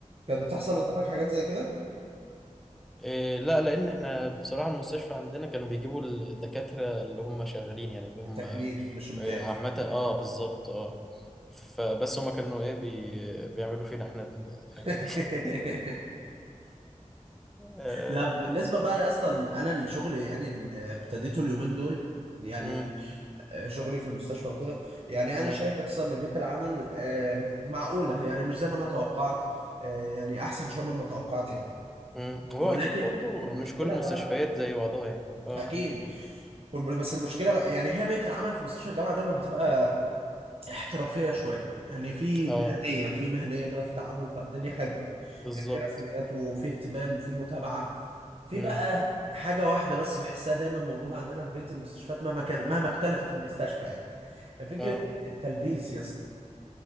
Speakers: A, on the right; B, in the centre.
A: كانت بتحصل قدامك حاجات زي كده
B: إيه لا لان احنا بصراحه المستشفى عندنا كانوا بيجيبوا الدكاتره اللي هم شغالين يعني اللي هم
A: التكليف مش امتياز
B: إيه عامه اه بالظبط اه فبس هم كانوا ايه بي بيعملوا فينا احنا الحاجات
A: <laughs>
B: دي <laughs> آه،
A: لا بالنسبة بقى يا اسطى انا الشغل يعني اللي ابتديته اليومين دول يعني
B: مم،
A: آه، شغلي في المستشفى وكده يعني انا
B: مم،
A: شايف اصلا ان بيئه العمل آه، معقوله يعني مش زي ما انا توقعت آه، يعني احسن شويه مما توقعت يعني
B: مم. هو
A: ولكن
B: اكيد برضو
A: المشكله
B: مش كل المستشفيات
A: بقى
B: زي بعضها يعني اه
A: اكيد والم- بس المشكله بقى يعني هي بيئه العمل في مستشفى الجامعه دايما بتبقى احترافيه شويه يعني في
B: اه
A: مهنيه في مهنيه كده في التعامل فالدنيا حلوه
B: بالظبط
A: يعني في رسميات وفي اهتمام وفي متابعه في
B: مم،
A: بقى حاجه واحده بس بحسها دايما موجوده عندنا في بيئه المستشفيات مهما كان مهما اختلفت المستشفى يعني فكرة
B: اه
A: التلبيس يا اسطى